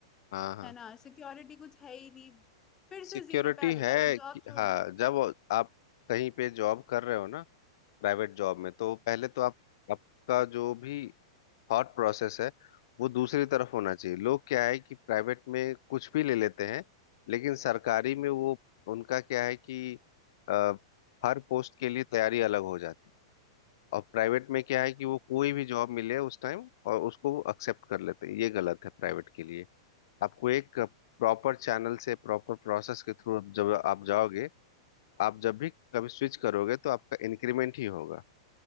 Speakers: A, on the left; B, on the left.
A: हाँ हाँ
B: है ना सिक्योरिटी कुछ है ही नहीं फिर
A: सिक्योरिटी
B: से जीरो पे आ जाता
A: है
B: है अगर जॉब
A: कि
B: छोड़
A: हाँ
B: दी तो
A: जब आप कहीं पे जॉब कर रहे हो ना प्राइवेट जॉब में तो पहले तो आप आपका जो भी थॉट प्रोसेस है वो दूसरी तरफ होना चाहिए लोग क्या है कि प्राइवेट में कुछ भी ले लेते हैं लेकिन सरकारी में वो उनका क्या है कि अ, हर पोस्ट के लिए तैयारी अलग हो जाती है और प्राइवेट में क्या है कि वो कोई भी जॉब मिले उस टाइम और उसको एक्सेप्ट कर लेते हैं ये गलत है प्राइवेट के लिए आपको एक प्रॉपर चैनल से प्रॉपर प्रोसेस के थ्रू जब आप जाओगे आप जब भी कभी स्विच करोगे तो आपका इंक्रीमेंट ही होगा